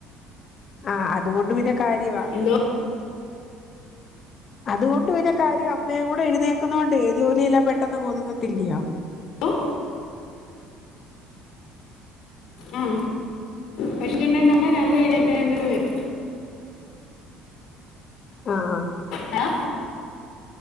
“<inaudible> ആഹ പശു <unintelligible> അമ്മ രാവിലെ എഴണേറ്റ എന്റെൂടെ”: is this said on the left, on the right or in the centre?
Left